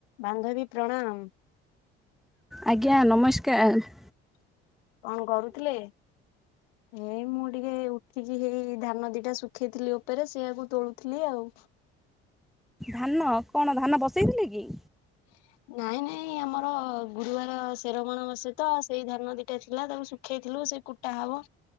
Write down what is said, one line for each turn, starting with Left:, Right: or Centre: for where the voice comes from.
Left: ବାନ୍ଧବୀ ପ୍ରଣାମ।
Centre: ଆଜ୍ଞା ନମସ୍କାର।
Left: କଣ କରୁଥିଲେ? ଏଇ ମୁଁ ଟିକେ ଉଠିକି ହେଇ ଧାନ ଦିଟା ଶୁଖେଇଥିଲି ଉପରେ ସେଇଆକୁ ତୋଳୁଥିଲି ଆଉ।
Centre: ଧାନ କଣ ଧାନ ବସେଇଥିଲେ କି?
Left: <inaudible> ନାଇଁ ନାଇଁ ଆମର ଗୁରୁବାର ସେରବଣ ବସେତ ସେଇ ଧାନ ଦିଟା ଥିଲା ତାକୁ ଶୁଖେଇଥିଲୁ ସେ କୁଟା ହବ